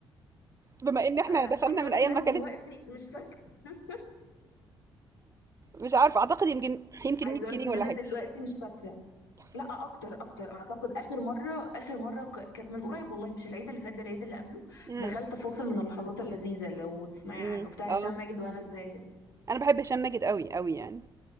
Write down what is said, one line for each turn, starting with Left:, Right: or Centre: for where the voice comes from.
Right: بما ان احنا
Left: آه
Right: دخلنا
Left: عايزه اقول
Right: من
Left: لك
Right: ايام
Left: ان انا
Right: ما
Left: دلوقتي
Right: كانت
Left: مش فاكره <laughs>
Right: مش عارفه اعتقد يمكن يمكن
Left: عايزه
Right: 100
Left: اقول
Right: جنيه
Left: لك ان
Right: ولا
Left: انا
Right: حاجه
Left: دلوقتي مش فاكره لا اكتر اكتر اعتقد اخر مره اخر مره ك- كانت من قريب والله مش العيد اللي فات ده العيد اللي قبله
Right: امم
Left: دخلت فاصل من اللحظات اللذيذه لو تسمعي
Right: امم
Left: عنه بتاع
Right: اه
Left: هشام ماجد وهنا الزاهد
Right: انا بحب هشام ماجد قوي قوي يعني